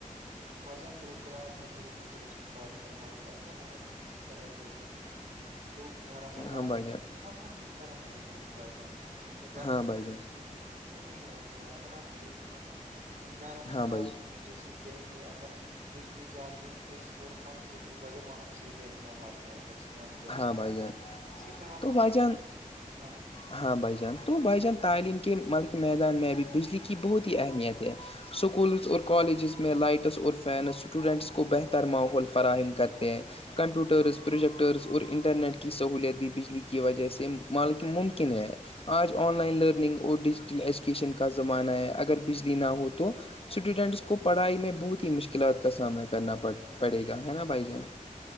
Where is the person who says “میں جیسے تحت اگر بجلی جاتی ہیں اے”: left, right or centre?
Right